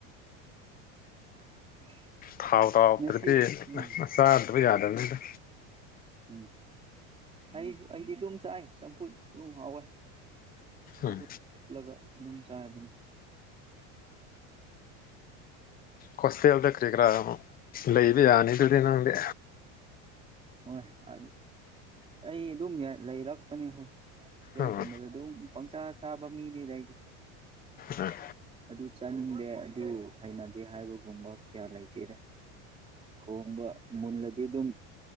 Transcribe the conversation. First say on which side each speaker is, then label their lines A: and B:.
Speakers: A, on the right; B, on the left.
A: <inaudible>
B: ꯊꯥꯎ ꯊꯥꯎꯗ꯭ꯔꯗꯤ
A: ꯉꯁꯤ ꯎꯝ
B: ꯅꯆꯥꯗꯕ ꯌꯥꯗꯕꯅꯤꯗ꯫
A: ꯎꯝ ꯑꯩꯁꯨ ꯑꯩꯗꯤ ꯑꯗꯨꯝ ꯆꯥꯏ ꯆꯝꯐꯨꯠ ꯑꯗꯨꯝ ꯍꯥꯎꯋꯦ꯫ ꯆꯝꯐꯨꯠ
B: ꯎꯝ
A: ꯐꯨꯠꯔꯒ ꯑꯗꯨꯝ ꯆꯥꯕꯅꯤ꯫
B: ꯍꫭꯁꯇꯦꯜꯗ ꯀꯔꯤ ꯀ꯭ꯔꯥ ꯑ ꯂꯩꯕ ꯌꯥꯅꯤ ꯑꯗꯨꯗꯤ ꯅꯪꯗꯤ꯫
A: ꯍꯣꯏ ꯑ ꯑꯩ ꯑꯗꯨꯝ ꯂꯩꯔꯛꯄꯅꯤ ꯍꯣꯏ꯫ ꯍꯣꯁꯇꯦꯜꯒꯨꯝꯕꯗ
B: ꯎꯝ
A: ꯑꯗꯨꯝ ꯄꯪꯆꯥ ꯆꯥꯕ ꯃꯤꯅꯦꯗ ꯑꯩꯗꯤ꯫
B: ꯑ
A: ꯑꯗꯨ ꯆꯥꯅꯤꯡꯗꯦ ꯑꯗꯨ ꯍꯩꯅꯗꯦ ꯍꯥꯏꯕꯒꯨꯝꯕ ꯀꯌꯥ ꯂꯩꯇꯦꯗ꯫ ꯊꯣꯡꯕ ꯃꯨꯜꯂꯗꯤ ꯑꯗꯨꯝ